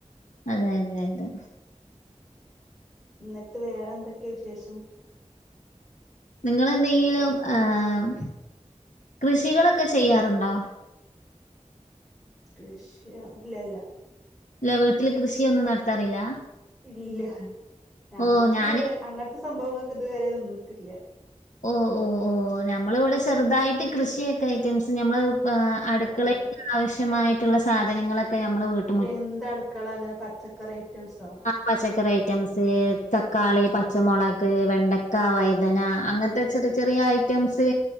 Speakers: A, on the left; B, in the centre.
A: അതെ അതെ അതെ
B: എന്നിട്ട് വേറെന്തൊക്ക വിശേഷം
A: നിങ്ങെളെന്തെങ്കിലും ഏഹ് കൃഷികളൊക്കെ ചെയ്യാറുണ്ടോ
B: കൃശ്യെ ഇല്ലല്ല
A: ഇല്ല വീട്ടില് കൃഷിയൊന്നും നടത്താറില്ല
B: ഇല്ല ഞമ്മക്ക്
A: ഓഹ് ഞാന്
B: ഇതുവരെ അങ്ങനത്തെ സംഭവങ്ങൾക്ക് ഇതുവരെ നിന്നിട്ടില്ല
A: ഓ ഓ ഓ ഞമ്മളിവിടെ ചെറുതായിട്ട് കൃഷിയൊക്കെ ഐറ്റംസ് ഞമ്മള് അടുക്കളയ്ക്ക്
B: ഓ
A: ആവശ്യമായിട്ടുള്ള സാധനങ്ങളൊക്കെ ഞമ്മൾ വീട്ട്
B: എന്ത അടുക്കള ഇങ്ങനെ പച്ചക്കറി ഐറ്റംസോ
A: പച്ചക്കറി ഐറ്റംസ് തക്കാളി പച്ചമൊളക് വെണ്ടക്ക വൈതന അങ്ങനത്തെ ചെറി ചെറിയ ഐറ്റംസ്